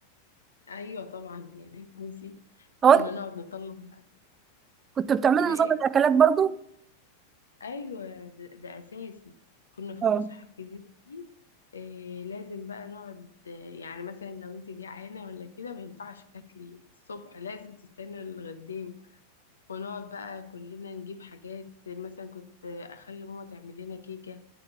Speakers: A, on the left; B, on the right.
A: ايوه طبعا هي دي تنسي
B: هو
A: كنا نقعد نطلع
B: كنتوا بتعملوا
A: في ايه
B: نظام الأكلات برضو؟
A: ايوه ده, ده اساسي كنا في
B: اه
A: الفسحة الكبيرة دي إيه لازم بقى نقعد آه، يعني مثلا لو انت جعانة ولا كده ما ينفعش تاكلي الصبح لازم تستني الغدا ونقعد بقى كلنا نجيب حاجات مثلا كنت اخلي ماما تعمل لنا كيكه